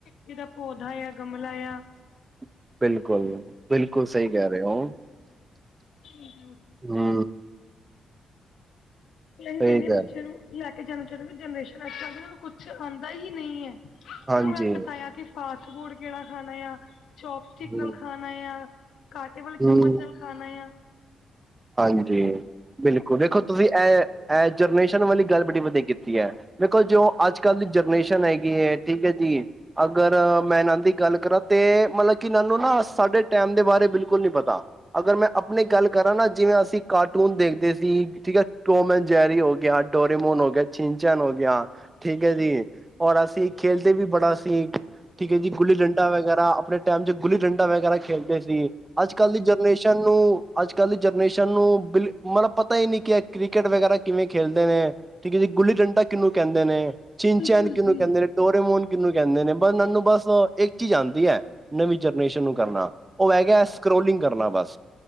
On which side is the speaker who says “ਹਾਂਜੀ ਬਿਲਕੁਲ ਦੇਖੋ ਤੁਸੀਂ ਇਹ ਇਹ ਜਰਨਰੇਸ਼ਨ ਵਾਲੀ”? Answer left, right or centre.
Right